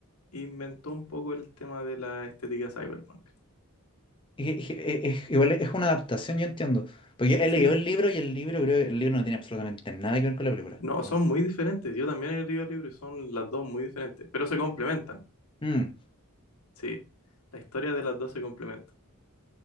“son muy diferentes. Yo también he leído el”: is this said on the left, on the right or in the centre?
Left